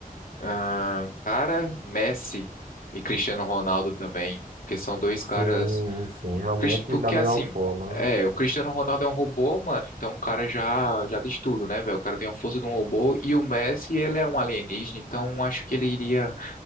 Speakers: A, on the left; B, on the right.
A: Ah, cara, Messi e Cristiano Ronaldo também, porque são dois
B: Sim,
A: caras.
B: sim, realmente
A: Cris- Porque
B: da melhor
A: assim,
B: forma.
A: é, o Cristiano Ronaldo é um robô, mano, então o cara já, já diz tudo, né, velho? O cara tem a força de um robô e o Messi, ele é um alienígena, então acho que ele iria